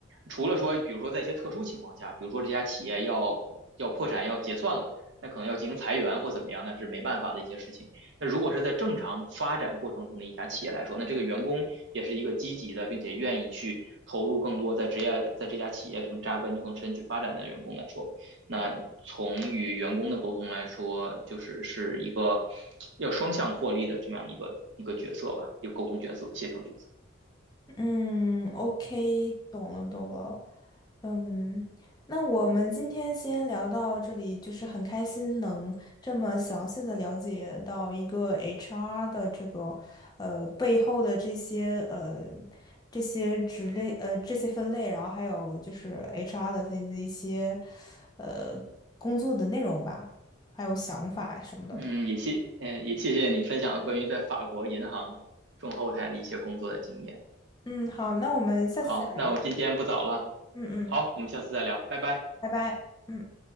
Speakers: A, on the right (about 60°); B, on the left (about 20°).
A: 除了说，比如说在一些特殊情况下，比如说这家企业要要破产要结算了，那可能要进行裁员或怎么样，那是没办法的一些事情。那如果是在正常发展过程中的一家企业来说，那这个员工也是一个积极的，并且愿意去投入更多在职业在这家企业这种扎根更深去发展的员工来说，那从与员工的沟通来说，就是是一个要双向获利的这么样一个一个角色吧，一个沟通角色、协调角色。
B: 嗯，OK，懂了懂了。嗯，那我们今天先聊到这里，就是很开心能这么详细的了解到一个 HR 的这个呃背后的这些呃这些职类呃这些分类，然后还有就是 HR 的它的一些呃工作的内容吧，还有想法什么的。
A: 嗯，也谢，嗯、呃也谢谢你分享了关于在法国银行中后台的一些工作的经验。
B: 嗯，好，那我们下次再聊。
A: 好，那我今天不早了，
B: 嗯嗯，
A: 好，我们下次再聊，拜拜。
B: 拜拜。嗯。